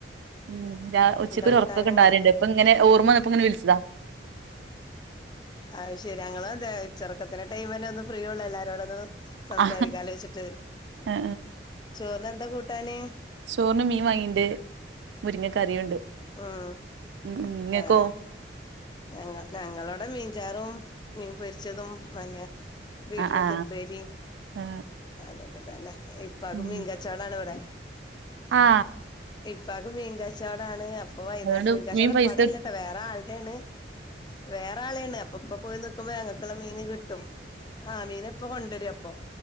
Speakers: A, on the right; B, on the left.
A: <unintelligible> ഉച്ചക്ക്
B: എന്താ
A: ഒരു
B: കൂട്ടാന്
A: ഒറക്കൊക്കെ ണ്ടാരേണ്ട് ഇപ്പംങ്ങനെ ഓർമ്മ വന്നപ്പോ ഇങ്ങനെ വിളിസതാ.
B: ആഹ് ശെരി അങ്ങളു അതേ ഉച്ചൊർക്കത്തിലെ ടൈം തന്നെ ഒന്ന് ഫ്രീയെള്ളൂ എല്ലാരോടും ഒന്ന് സംസാരിക്കാലോ
A: ആ
B: വച്ചിട്ട്
A: ആ
B: ചോറിന എന്താ കൂട്ടാന്?
A: ചോറിന് മീൻ വാങ്ങീണ്ട് മുരിങ്ങ കറിയുണ്ട്
B: ഉം
A: ഉം നിങ്ങൾക്കോ
B: ആഹ് ഞങ്ങ ഞങ്ങാടെ മീൻചാറും മീൻ പൊരിച്ചതും <unintelligible> വീട്ടിലോട്ട്
A: ആ ആ
B: ഉപ്പേരി
A: ആ
B: അതൊക്കെ തന്നെ ഇപ്പക്ക്
A: ഉം
B: മീൻകാച്ചോടാണ് ഇവടെ ഇപ്
A: ആ
B: ഇപ്പാക്ക് മീൻ കച്ചാടാണ് അപ്പൊ വൈകുന്നേരത്ത,
A: അതുകൊണ്ട്
B: മീൻ കച്ചോടംഉപ്പാടെ
A: പൈസ
B: ഇല്ലേട്ടെ വേറെ ആളുടെണ്. വേറെ ആളാണ് അപ്പം ഇപ്പോ പോയി നിക്കുമ്പോ ഞങ്ങക്കുള്ള മീനും കി ആഹ് മീനപ്പൊ കൊണ്ടുവരും അപ്പൊ-